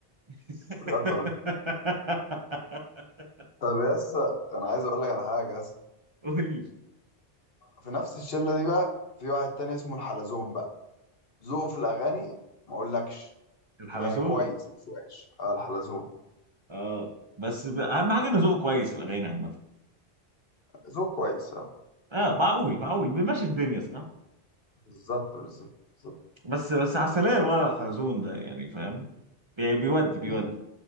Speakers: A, on the right; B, on the left.
A: <laughs>
B: بجد ولا طب يس انا عايز اقول لك على حاجه يس
A: قولي
B: في نفس الشله دي بقى في واحد تاني اسمه الحلزون بقى ذوقه في الاغاني ما اقولكش
A: الحلزون
B: يعني كويس مش وحش آه، الحلزون
A: اه بس ب... اهم حاجه انه ذوقه كويس في الاغاني عامه
B: ذوقه كويس اه
A: اه معقول معقول بيمشي الدنيا صح
B: بالظبط بالظبط بالظبط
A: بس بس عسلية ولا الحلزون ده يعني فاهم بي- بيودي
B: بالظبط.
A: بيودي